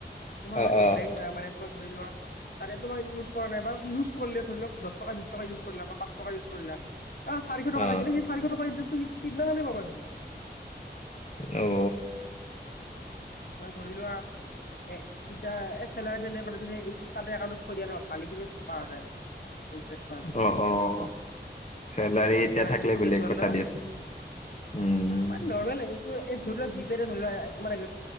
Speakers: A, on the left; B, on the left.
A: তোমাৰ
B: অ',
A: বেংক মানে তোমাৰ ধৰি লোৱা তাতে তোমাৰ ইউজ কৰা নাই বা ইউজ কৰিলে ধৰি লোৱা দহ টকাই বিশ টকাই ইউজ কৰিলা বা পাচ টকাই ইউজ কৰিলা, অঁ' চাৰিশ টকা
B: অ',
A: লাগিলে সেই চাৰিশ টকাৰ ইণ্টাৰেষ্টটো <unintelligible>
B: অঁ।
A: মানে ধৰি লোৱা এ এতিয়া এ চেলাই দিলে মানে যদি তাৰে একাউণ্টত থৈ দিয়া ন' ভালে খিনি পোৱা যায়। তোমাৰ
B: অ', অ'। চেলাৰী এতিয়া
A: <unintelligible>
B: থাকিলে বেলেগ কথা দিয়াচোন, উম,
A: নৰ্মেল আহিব এই ধৰি লোৱা জি পে ৰে ধৰি লোৱা এ তোমাৰ <unintelligible> এক